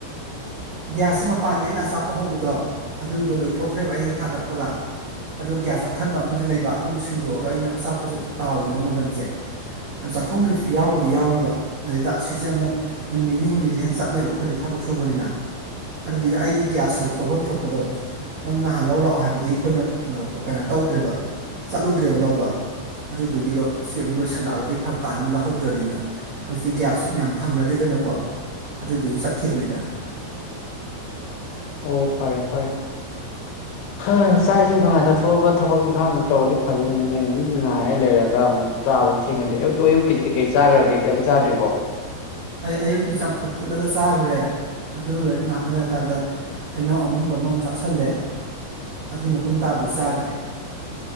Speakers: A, on the right; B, on the left.
A: ꯒ꯭ꯌꯥꯁꯁꯤ ꯃꯄꯥꯟꯒꯤ ꯑꯩꯅ ꯑꯆꯥꯄꯣꯠ ꯍꯧꯕꯗꯣ ꯑꯗꯨꯗꯣ ꯂꯣꯏꯊꯣꯛꯈ꯭ꯔꯦꯕ ꯑꯩ ꯍꯦꯛ ꯊꯥꯒꯠꯄꯒ ꯑꯗꯣ ꯒ꯭ꯌꯥꯁ ꯑꯊꯟꯕ ꯑꯝꯕꯨꯗ ꯂꯩꯕ ꯑꯗꯨꯃꯨꯛ ꯁꯤꯟꯗꯣꯛꯑꯒ ꯑꯩꯅ ꯑꯆꯥꯄꯣꯠꯁꯦ ꯇꯥꯎꯏꯅꯦꯕ ꯃꯪꯒꯟꯁꯦ ꯑꯥ ꯆꯥꯛꯈꯨꯝꯒꯤꯁꯨ ꯌꯥꯎꯕꯨꯗꯤ ꯌꯥꯎꯔꯤꯕ ꯑꯗꯨꯗ ꯑꯁꯤꯁꯦ ꯑꯃꯨꯛ ꯅꯨꯃꯤꯠ ꯅꯤꯅꯤ ꯍꯨꯝꯅꯤꯗꯤ ꯍꯦꯟ ꯆꯠꯂꯣꯏꯕ ꯑꯩꯈꯣꯏꯗꯤ ꯊꯛ ꯁꯨꯕꯅꯤꯅ ꯑꯗꯨꯗꯤ ꯑꯩꯒꯤ ꯒ꯭ꯌꯥꯁ ꯁꯔꯨꯛ ꯂꯧꯐꯝ ꯊꯣꯛꯄꯗꯣ ꯃꯣꯏ ꯉꯥꯍꯥꯟ ꯂꯧ ꯂꯥꯛꯑꯣ ꯍꯥꯏꯕꯗꯤ ꯑꯩꯈꯣꯏꯅ ꯑꯥ ꯀꯩꯅꯣ ꯇꯧꯗ꯭ꯔꯦꯕ ꯆꯠꯂꯨꯗ꯭ꯔꯦꯕ ꯂꯧꯕ ꯑꯗꯨꯗꯨꯒꯤꯗꯣ ꯁꯤ ꯑꯃꯨꯛ ꯂꯣꯏꯁꯤꯜꯂꯛꯑꯒꯗꯤ ꯐꯔꯛ ꯇꯥꯅꯤ ꯑꯃꯨꯛ ꯂꯧꯍꯧꯗ꯭ꯔꯗꯤꯅ ꯍꯧꯖꯤꯛꯇꯤ ꯒ꯭ꯌꯥꯁꯁꯤ ꯃꯌꯥꯝ ꯐꯪꯅꯗꯦꯗꯅꯀꯣ ꯑꯗꯨꯗꯒꯤ ꯆꯠꯈꯤꯕꯅꯤꯗ
B: ꯑꯣ ꯐꯔꯦ ꯐꯔꯦ ꯍꯥ ꯆꯥꯛ ꯏꯁꯤꯡ ꯊꯨꯅ ꯆꯥꯊꯣꯛꯑꯒ ꯊꯕꯛ ꯏꯪꯈꯥꯡ ꯇꯧꯔꯗꯤ ꯐꯗꯅꯤꯅꯦ ꯅꯣꯏ ꯑꯗꯨꯝ ꯉꯥꯏꯔꯦ ꯂꯩꯔꯒ ꯑꯃꯨꯛ ꯆꯥꯕ ꯊꯦꯡꯅꯗꯤ ꯑꯗꯨ ꯑꯌꯨꯛꯀꯤꯗꯤ ꯀꯩ ꯀꯩ ꯆꯥꯒ꯭ꯔꯒꯦ ꯀꯩꯝ ꯆꯗ꯭ꯔꯤꯕꯣ
A: ꯑꯩ ꯑꯌꯨꯛꯀꯤ ꯆꯝꯐꯨꯠ ꯐꯨꯠꯂꯒ ꯆꯥꯒ꯭ꯔꯦ ꯑꯗꯨ ꯂꯩꯔꯒ ꯉꯥꯏꯍꯥꯛ ꯂꯩꯔꯀꯥꯟꯗ ꯍꯩꯅꯧ ꯑꯃꯨꯟꯕ ꯑꯃꯃꯨꯛ ꯆꯥꯥꯁꯜꯂꯦ ꯑꯗꯨꯏ ꯃꯇꯨꯡ ꯇꯥꯕꯗꯤ ꯆꯥꯗ꯭ꯔꯤ